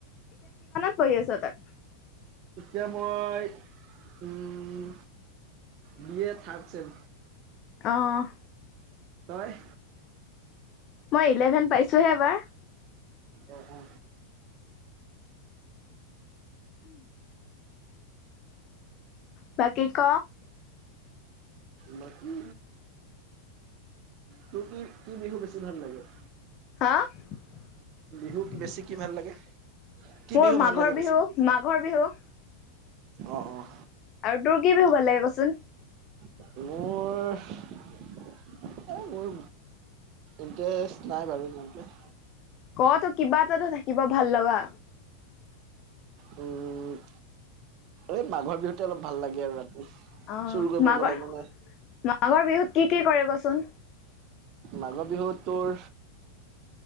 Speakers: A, on the left; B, on the right.
A: কি পঢ়ি আছ তই
B: এতিয়া মই উম, বি এ থাৰ্ড চেম।
A: অ'।
B: নহয়
A: মই ইলেভেন পাইছোহে এবাৰ
B: অ অ
A: বাকী ক
B: বাকী তোৰ কি, কি বিহু বেছি ভাল লাগে।
A: <unintelligible> মোৰ
B: বিহু বেছি কি ভাল লাগে? কি বিহু ভাল
A: মাঘৰ
B: লাগে বেছি?
A: বিহু মাঘৰ বিহু
B: অ', অ',।
A: আৰু তোৰ কি বিহু ভাল লাগে কচোন
B: মোৰ মোৰ ইণ্টাৰেষ্ট নাই বাৰু ইমানকে
A: ক তো কিবা এটাতো থাকিব ভাল লগা।
B: উম। এই মাঘৰ বিহুতে অলপ ভাল লাগে আৰু ৰাতি
A: অ',
B: চুৰ কৰিব
A: মাঘৰ
B: গ'লে মানে।
A: মাঘৰ বিহুত কি কি কৰে কচোন।
B: মাঘৰ বিহুত তোৰ